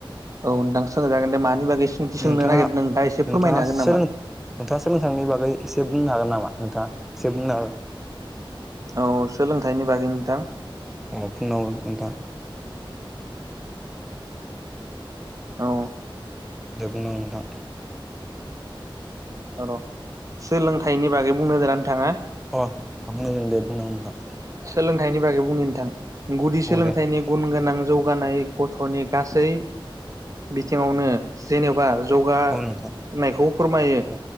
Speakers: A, on the right; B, in the centre.
A: औ नोंथां सोंजागोन दे मानि बागै सोंथि सोंनो
B: नोंथाङा
A: नागिरदों एसे फोरमायनो
B: नोंथाङा
A: हागोन
B: सोलों
A: नामा
B: नोंथाङा सोलोंथायनि बागै एसे बुंनो हागोन नामा नोंथाङा एसे बुंनो हागोन
A: औ औ सोलोंथाइनि बागै नोंथां
B: अ बुंना हो नोंथां
A: औ
B: दे बुंना हो नोंथां
A: र' सोलोंथाइनि बागै बुंनो होदों ना नोंथाङा
B: अ बुंनो होदों दे बुंना हो नोंथां
A: सोलोंथाइनि बागै बुंनो नोंथां गुदि सोलोंथाइनि
B: औ दे
A: गुन गोनां जौगानाय गथ'नि गासै बिथिङावनो जेनेबा जौग होनायखौ
B: औ नोंथां
A: फोरमायो
B: औ